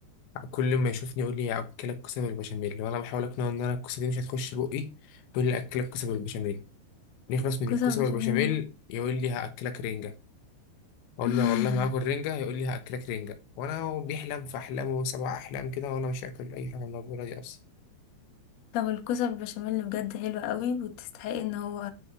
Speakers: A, on the left (about 80°); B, on the left (about 55°).
A: كل ما يشوفني يقول لي اكلك كوسه بالبشاميل وانا بحاول اقنعه ان انا الكوسه دي مش هتخش بقي يقول لي اكلك كوسه بالبشاميل نخلص من
B: كوسة
A: الكوسه
B: بشاميل
A: بالبشاميل يقول لي هاكلك رنجه اقول
B: <laughs>
A: له والله ما هاكل رنجه يقول لي هاكلك رنجه وانا بيحلم في احلامه سبع احلام كده وانا مش هاكل اي حاجه موجوده دي اصلا
B: طب الكوسة بالبشاميل بجد حلوة قوي وتستحق ان هو